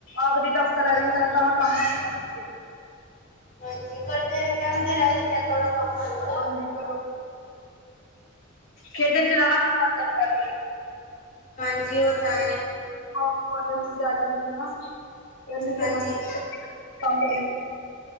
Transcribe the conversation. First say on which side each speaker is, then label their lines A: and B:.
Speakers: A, on the left; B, on the left.
A: ਆਖਰੀ ਦਸਤਾ ਰਹਿ
B: ਹਾਂਜੀ
A: ਜਾਂਦਾ ਤਾਂ ਕੰਮ ਕਰਦੇ ਬੱਚੇ
B: ਹਾਂਜੀ ਕਰਦੇ ਕਹਦੇ ਰਹਿ ਜਾਦੇ ਆ ਕਰੋ ਕੰਮ ਹੇਨ
A: ਹਾਂਜੀ ਕਰੋ ਖੇਡਣ ਜਾਣਾ ਕਰਦਾ ਹੈ ਫਿਰ
B: ਹਾਂਜੀ ਉਹ ਤਾਂ ਐ
A: ਹੁਅ ਭੂਆ ਦੇ ਮੁੰਡੇ ਆ ਜਾਦੇ ਆ ਨ ਫਿਰ ਨੀ
B: ਹਾਂਜੀ
A: ਖੇਲਿਨ ਜਾਦੇ